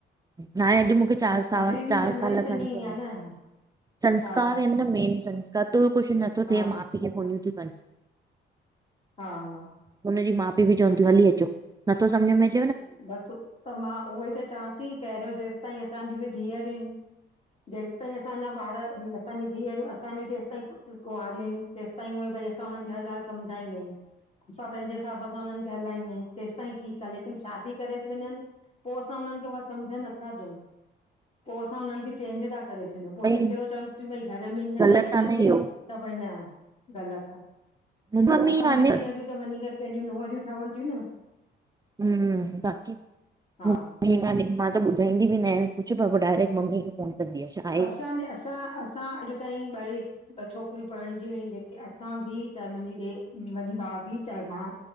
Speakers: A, on the right; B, on the left.
A: नाले अॼु मूंखे चार साल,
B: अॼु जी
A: चार
B: जनरेशन
A: साल खन
B: ई
A: थिया।
B: आहे न,
A: संस्कार
B: हा,
A: आहिन न मैन संस्कार कदुर कुश नथो
B: हा।
A: थे। मा पी खे फोनियूं तियूं कन।
B: हा
A: हुनजी माउ पीउ बि चवनि तियूं हली अचो, नथो सम्झ में अच
B: बसि त मां उहोई त चवां ती पहिरियों जेसि ताईं असांज्यूं बि धीअरियूं हिनि जेसिताईं असांजा ॿार भी न असांजी धीअरियूं असांजी जेसिताईं पुट्र कुंआरियूं हिनि तेसिताईं उहे भई असां हुननि खे हर ॻाल्हि समझाईंदायूं असां पंहिंजे हिसाब सां हुननि खे हलाईंदा आहियूं तेसिताईं ठीक आ लेकिन शादी करे तियूं वंञंनि, पो असां हुननि खे उहा समझ नथा ॾियंउ पो असां हुननि खे चेंज ता करे छॾियंउं पो
A: भई
B: जिते हो चवनि तियूं भई घर में हींयं
A: ग़लति
B: न हींयं
A: आ
B: तो थिए
A: इहो
B: त भई न ग़लति आ,
A: मुंहिंजी
B: हुंअ
A: मम्मी
B: असांजियू
A: कान्हे
B: धीअरियूं त वंञीं करे कंहिंज्यू नुंहरियूं ठवनि तियूं न
A: हम्म बाक़ी
B: हा
A: हींयं कान्हे मां त ॿुधाईंदी बि न आहियांस कुछु पर पो डायरेक्ट मम्मी खे फ़ोन कंदी आ, छा? आहे
B: असांजे, असां, असां अॼु ताईं ॿई, ॿ छोकिरियूं परणिजी वयूं हिनि जेक के असां भी चाहे मुंहिंजी ॾे वॾी भाभी, चाहे मां